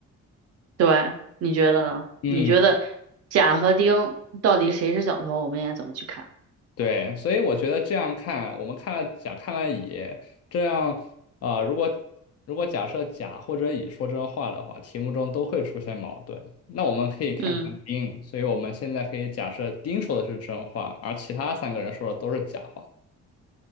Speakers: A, on the right (about 55°); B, on the left (about 55°).
A: 对，你觉得呢？
B: 嗯。
A: 你觉得甲和丁到底谁是小偷？我们应该怎么去看？
B: 对，所以我觉得这样看，我们看了甲，看了乙，这样啊、呃如果如果假设甲或者乙说真话的话，题目中都会出现矛盾。那我们可以看看丁，
A: 嗯
B: 所以我们现在可以假设丁说的是真话，而其他三个人说的都是假话。